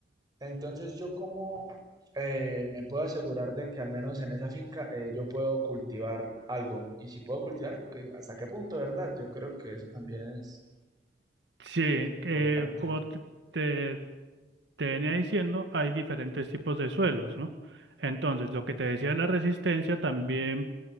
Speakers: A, on the right (about 20°); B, on the right (about 75°).
A: Entonces, yo cómo eh, me puedo asegurar de que al menos en esa finca eh, yo puedo cultivar algo. Y si puedo cultivar, ¿qué- ¿hasta qué punto, verdad? Yo creo que eso también es
B: Sí,
A: importante.
B: eh, como te, te venía diciendo, hay diferentes tipos de suelos, ¿no? Entonces, lo que te decía de la resistencia también,